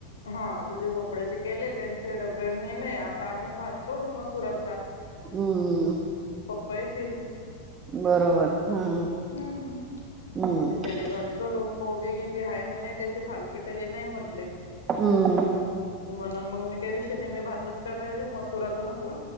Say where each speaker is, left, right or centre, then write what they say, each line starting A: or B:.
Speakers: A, on the left (about 65°); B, on the right (about 25°).
A: हा दुधी भोपड्याचे केले त्यांचे डब्या नेणे आता आम्ही भात करू मसुराचा.
B: हम्म!
A: प येतील
B: बरोबर! हम्म
A: हम्म
B: हम्म
A: खिचडी भात करू कोबी गी बी आहेय म्हणे त्याचे थाल. पिठ हे नाही म्हटले.
B: हम्म
A: म्हणून मग मी काही विषय नाही मी भातच कराय मसुराचा म्हटलं.